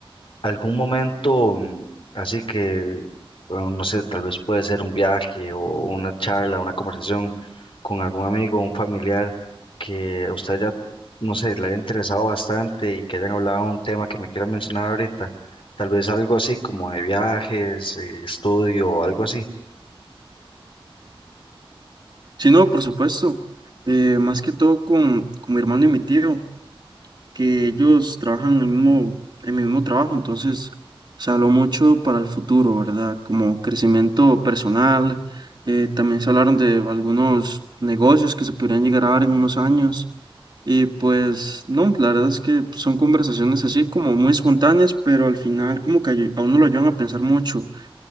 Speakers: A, on the left (about 65°); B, on the right (about 50°).
A: algún momento, mm, así que, bueno, no sé, tal vez puede ser un viaje o una charla, una conversación con algún amigo, un familiar que a usted ya, no sé, le haya interesado bastante y que hayan hablado de un tema que me quiera mencionar ahorita, tal vez algo así como de viajes, eh, estudio o algo así.
B: Si no, por supuesto, eh, más que todo con, con mi hermano y mi tío. que ellos trabajan en el mismo, en mi mismo trabajo, entonces se habló mucho para el futuro, ¿verdad? Como crecimiento personal, eh, también se hablaron de algunos negocios que se podrían llegar a dar en unos años y pues no, la verdad es que son conversaciones así como muy espontáneas, pero al final como que ayu- a uno lo ayudan a pensar mucho